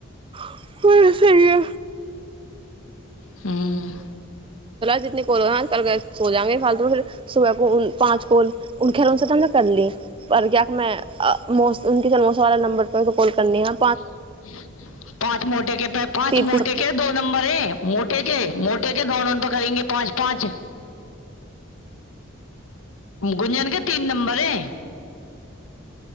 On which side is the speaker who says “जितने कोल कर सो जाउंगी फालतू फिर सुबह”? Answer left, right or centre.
Right